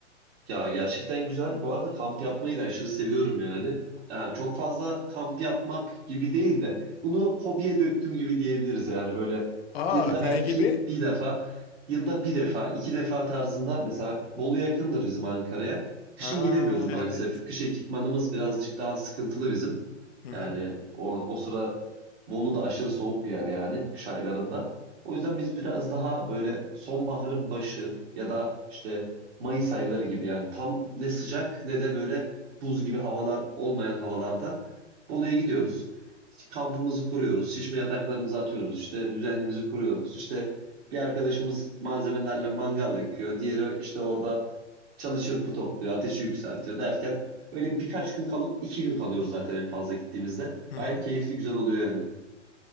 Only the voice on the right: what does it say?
Ya gerçekten güzel. Bu arada kamp yapmayı da aşırı seviyorum yani. Ee, çok fazla kamp yapmak gibi değil de bunu hobiye döktüm gibi diyebiliriz yani böyle
yılda
belki
bir defa, yılda bir defa, iki defa tarzında mesela Bolu yakındır bizim Ankara'ya. Kışın
gidemiyoruz maalesef.
Kış ekipmanımız birazcık daha sıkıntılı bizim.
Yani orada o sıra Bolu da aşırı soğuk bir yer yani kış aylarında. O yüzden biz biraz daha böyle sonbaharın başı ya da işte Mayıs ayları gibi yani tam ne sıcak ne de böyle buz gibi havalar olmayan havalarda Bolu'ya gidiyoruz. Kampımızı kuruyoruz, şişme yataklarımızı atıyoruz, işte düzenimizi kuruyoruz. İşte bir arkadaşımız malzemelerle mangal yakıyor, diğeri işte orada çalı çırpı topluyor, ateşi yükseltiyor derken öyle birkaç gün kalıp iki gün kalıyoruz zaten en fazla gittiğimizde.
Gayet keyifli güzel oluyor yani.